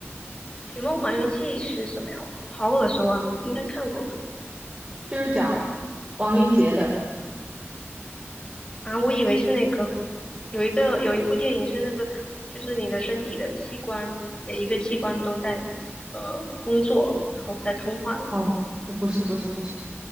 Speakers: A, on the left; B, on the right.
A: 《寻梦环游记》是什么呀？好耳熟啊，我应该看过吧？
B: 就是讲王林杰的。
A: 啊，我以为是那个，有一个有一部电影是那个，就是你的身体的器官，每一个器官都在呃工作，然后在通话的那
B: 哦，那不是不是不是。